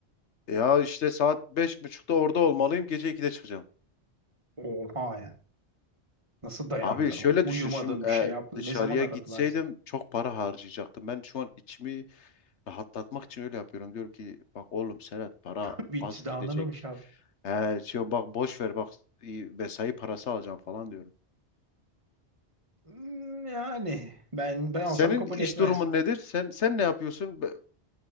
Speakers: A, on the left; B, on the right.
A: Ya işte saat beş buçukta orada olmalıyım gece 2'de çıkacağım.
B: Oha ya. Nasıl dayanacaksın?
A: Abi şöyle
B: oğlum? Uyumadın
A: düşün şimdi
B: bir
A: e,
B: şey yaptın.
A: dışarıya
B: Ne zaman aradılar?
A: gitseydim çok para harcayacaktım. Ben şu an içimi rahatlatmak için öyle yapıyorum. Diyorum ki bak oğlum Serhat para
B: <laughs> Bir
A: az
B: izdihanını
A: gidecek.
B: mı şey yapayım?
A: He, diyorum bak boş ver bak i- mesai parası alacağım falan diyorum.
B: Hmm, Yani ben ben
A: Senin
B: olsam kabul
A: iş
B: etmez.
A: durumun nedir? Sen sen ne yapıyorsun? Be-